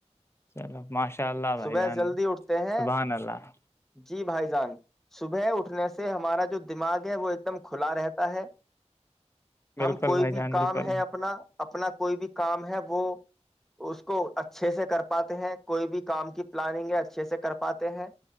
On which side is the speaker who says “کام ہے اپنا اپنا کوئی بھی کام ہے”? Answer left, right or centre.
Centre